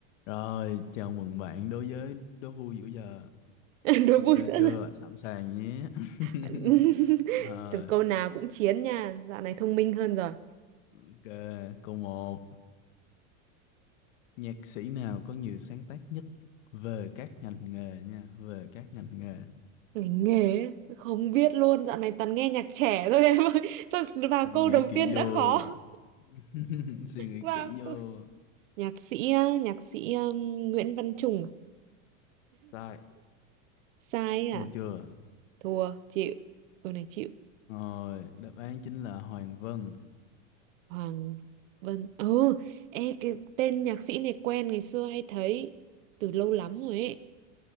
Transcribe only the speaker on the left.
Rồi, chào mừng bạn đối với đố vui giữa giờ.
Ok
chưa?
Sẵn sàng nhé. <laughs>
Rồi,
ok, câu một Nhạc sĩ nào có nhiều sáng tác nhất về các ngành nghề nha, về các ngành nghề.
Suy
nghĩ
kỹ
vô.
<laughs> Suy nghĩ
kỹ vô.
Sai.
Thua
chưa?
Rồi, đáp án chính là Hoàng Vân.